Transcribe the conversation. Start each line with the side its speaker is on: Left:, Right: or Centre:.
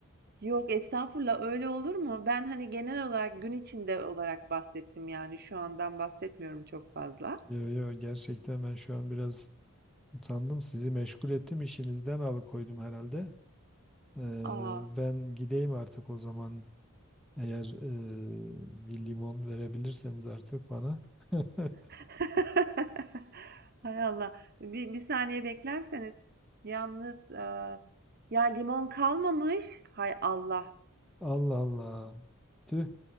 Right: Yok estağfurullah öyle olur mu? Ben hani genel olarak gün içinde olarak bahsettim yani şu andan bahsetmiyorum çok fazla.
Centre: Yo yo gerçekten ben şu an biraz utandım. Sizi meşgul ettim. İşinizden alıkoydum herhalde. Ee,
Right: Aa.
Centre: ben gideyim artık o zaman. Eğer e, bir limon verebilirseniz artık bana. <laughs>
Right: <laughs> Hay Allah. Bir, bir saniye beklerseniz. Yalnız eee, ya limon kalmamış. Hay Allah.
Centre: Allah Allah. Tüh.